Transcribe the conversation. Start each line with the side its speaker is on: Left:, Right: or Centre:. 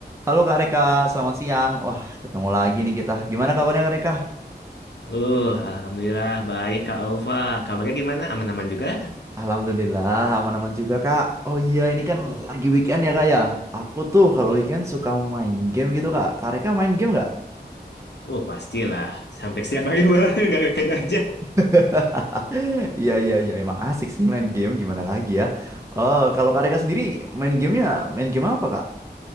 Right: Halo Kak Reka, selamat siang. Wah, ketemu lagi nih kita. Gimana kabarnya Kak Reka?
Left: Uh, alhamdulillah baik Kak Alfa. Kabarnya gimana? Aman-aman juga?
Right: Alhamdulillah, aman-aman juga Kak. Oh iya, ini kan
Left: Hmm.
Right: lagi weekend ya Kak ya. Aku tuh kalau
Left: I-
Right: weekend suka main game gitu Kak. Kak Reka main game nggak?
Left: Uh, pastilah. Sampai setiap hari malah <laughs> nggak ngeken aja.
Right: <laughs> Iya, iya, iya. Emang asik sih main game, gimana lagi ya. Oh, kalau Kak Reka sendiri main gamenya, main game apa Kak?